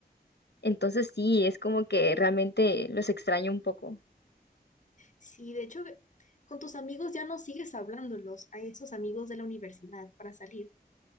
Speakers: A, on the left (about 85°); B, on the left (about 45°).
A: Entonces sí, es como que realmente los extraño un poco.
B: Sí, de hecho, con tus amigos ya no sigues hablándolos, a esos amigos de la universidad para salir.